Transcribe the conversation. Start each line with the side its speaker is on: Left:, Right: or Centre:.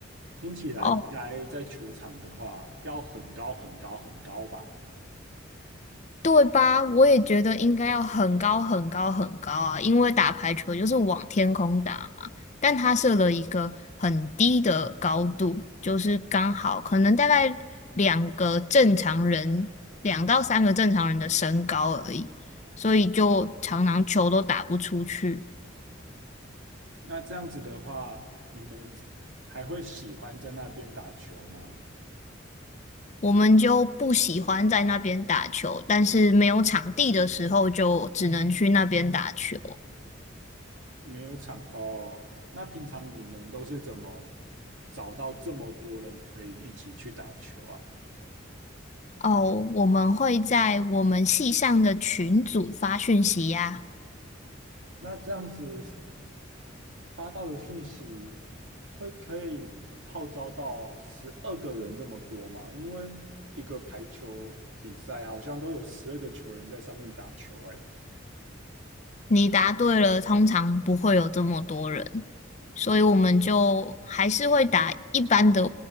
Right: 听起来应该在球场的话要很高很高很高吧？
Left: 哦。对吧？我也觉得应该要很高很高很高啊，因为打排球就是往天空打嘛。但他设了一个很低的高度，就是刚好可能大概两个正常人，两到三个正常人的身高而已，所以就常常球都打不出去。
Right: 那这样子的话，你们还会喜欢在那边打球吗？
Left: 我们就不喜欢在那边打球，但是没有场地的时候就只能去那边打球。
Right: 没有场哦，那平常你们都是怎么找到这么多人可以一起去打球啊？
Left: 哦，我们会在我们系上的群组发讯息呀。
Right: 那这样子发到的讯息会可以号召到十二个人这么多嘛？因为一个排球比赛好像都有十二个球员在上面打球，哎，
Left: 你答对了，通常不会有这么多人，所以我们就还是会打一般的